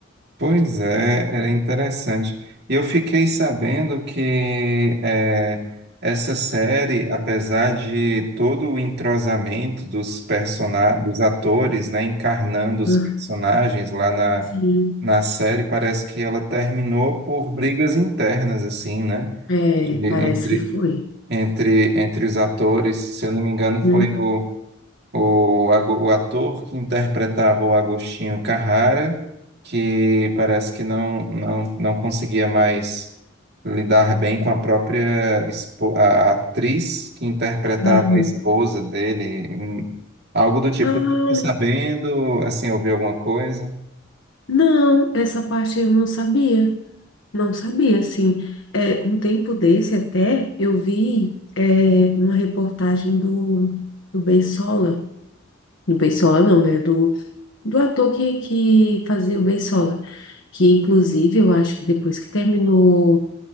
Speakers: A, on the right; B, on the left.
A: Pois é, era interessante. E eu fiquei sabendo que eh, essa série, apesar de todo o entrosamento dos persona dos atores, né, encarnando os
B: Ah,
A: personagens lá na,
B: sim,
A: na série, parece que ela terminou por brigas internas, assim, né?
B: é,
A: De-
B: parece
A: entre,
B: que foi.
A: entre, entre os atores, se eu não me engano, foi
B: Hum.
A: o o, ago- o ator que interpretava o Agostinho Carrara, que parece que não, não, não conseguia mais lidar bem com a própria espo- a a atriz que interpretava
B: Aham.
A: a esposa dele, hum, algo do tipo.
B: Ah,
A: Tô sabendo, assim, ouvi alguma coisa?
B: não, essa parte eu não sabia. Não sabia, assim. É, um tempo desse até eu vi é, uma reportagem do, do Beisola, do Beisola não, né? Do, do ator que, que fazia o Beisola, que inclusive eu acho que depois que terminou